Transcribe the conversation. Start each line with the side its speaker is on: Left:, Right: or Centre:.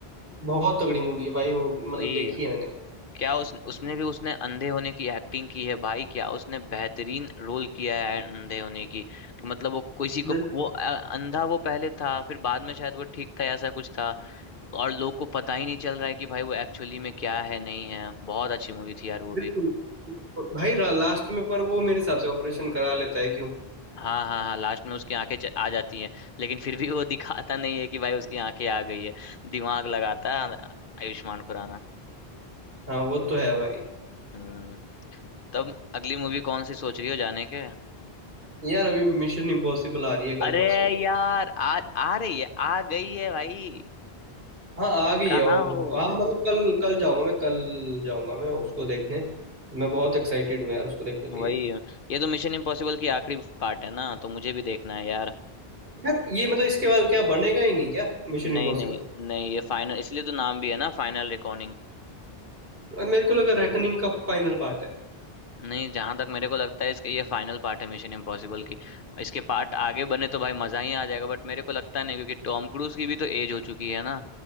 Right: बहुत तगड़ी मूवी है भाई वो भी मतलब
Left: वही
Right: देखी है
Left: क्या उस उसमें भी उसने अंधे होने की एक्टिंग की है भाई क्या उसने बेहतरीन रोल किया है अंधे होने की कि मतलब वो किसी
Right: मैंने
Left: को वो अ, अंधा वो पहले था फिर बाद में शायद वो ठीक था ऐसा कुछ था और लोग को पता ही नहीं चल रहा है कि भाई वो एक्चुअली में क्या है नहीं है बहुत अच्छी मूवी थी यार वो
Right: बिल्कुल
Left: भी
Right: भाई लास्ट में पर वो मेरे हिसाब से ऑपरेशन करा लेता है क्यों
Left: हाँ हाँ हाँ लास्ट में उसकी आंखें च- आ जाती हैं लेकिन फिर भी वो दिखाता नहीं है कि भाई उसकी आंखें आ गई है दिमाग लगाता है आयुष्मान खुराना
Right: हाँ वो तो है भाई
Left: हम्म तब अगली मूवी कौन सी सोच रही हो जाने के
Right: यार अभी मिशन इम्पॉसिबल आ रही है
Left: अरे
Right: कल परसों
Left: यार आ आ रही है आ गई है भाई
Right: हाँ आ
Left: तुम
Right: गई
Left: कहाँ
Right: है ओहो
Left: हो
Right: हाँ मतलब कल कल जाऊंगा मैं कल जाऊंगा मैं उसको देखने मैं बहुत एक्साइटेड हूँ यार उसको देखने के
Left: वही
Right: लिए
Left: ये तो मिशन इम्पॉसिबल की आखिरी पार्ट है ना तो मुझे भी देखना है यार
Right: यार ये मतलब इसके बाद क्या बनेगा ही नहीं क्या मिशन
Left: नहीं
Right: इम्पॉसिबल
Left: नहीं नहीं ये फाइनल इसलिए तो नाम भी है ना फाइनल रिकॉर्डिंग
Right: मेरे को लगा रेकनिंग का फाइनल पार्ट है
Left: नहीं जहां तक मेरे को लगता है इसके ये फाइनल पार्ट है मिशन इम्पॉसिबल की इसके पार्ट आगे बने तो भाई मजा ही आ जाएगा बट मेरे को लगता नहीं क्योंकि टॉम क्रूज की भी तो एज हो चुकी है ना